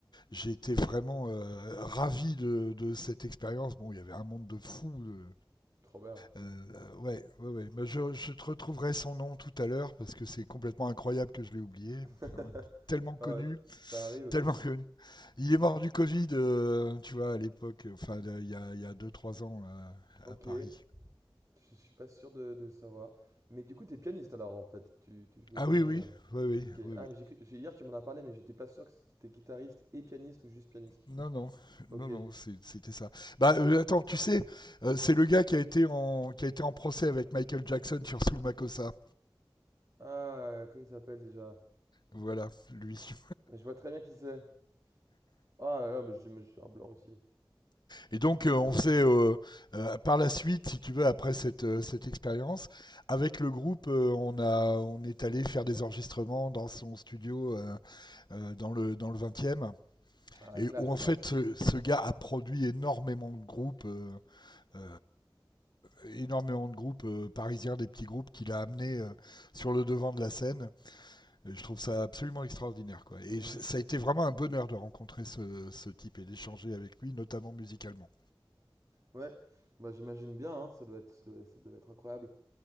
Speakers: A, on the left; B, on the right.
A: j'ai été vraiment euh, ravi de, de, cette expérience. Bon, il y avait un monde de fous, de,
B: trop bien.
A: euh, ouais, ouais, ouais. Mais je, je te retrouverai son nom tout à l'heure parce que c'est complètement incroyable que je l'ai oublié.
B: <laughs>
A: Enfin, Tellement connu,
B: Ah ouais, ça arrive.
A: tellement connu. Il est mort
B: Mm,
A: du Covid, euh, tu vois, à l'époque, enfin, là, il y a, il y a 2-3 ans là,
B: Ok,
A: à Paris.
B: Je suis pas sûr de, de savoir. Mais du coup, t'es pianiste alors en fait. Tu, tu joues
A: Ah
B: au piano.
A: oui, oui,
B: euh.
A: oui, oui,
B: Ok.
A: oui,
B: Ah,
A: oui.
B: mais j'ai cru- j'ai- hier tu m'en as parlé, mais j'étais pas sûr que c'était guitariste et pianiste ou juste pianiste.
A: Non, non,
B: Ok.
A: non, non, c'est- c'était ça. Bah, euh, attends, tu sais, euh, c'est le gars qui a été en, qui a été en procès avec Michael Jackson sur Soul Makossa.
B: Ah, comment il s'appelle déjà?
A: Voilà, lui.
B: Mais je vois très bien qui c'est. Oh là là, mais j'ai mais j'ai un blanc aussi.
A: Et donc, euh, on faisait euh, euh, par la suite, si tu veux, après cette, euh, cette expérience, avec le groupe, euh, on, a, on est allé faire des enregistrements dans son studio euh, euh, dans, le, dans le 20e.
B: Ah, la
A: Et
B: classe
A: où en
B: ça.
A: fait, ce, ce gars a produit énormément de groupes, euh, euh, énormément de groupes euh, parisiens, des petits groupes qu'il a amenés euh, sur le devant de la scène. Et je trouve ça absolument extraordinaire. Quoi. Et
B: Mhm.
A: ça a été vraiment un bonheur de rencontrer ce, ce type et d'échanger avec lui, notamment musicalement.
B: Ouais, bah j'imagine bien, hein, ça doit être, ça doit, ça doit être incroyable.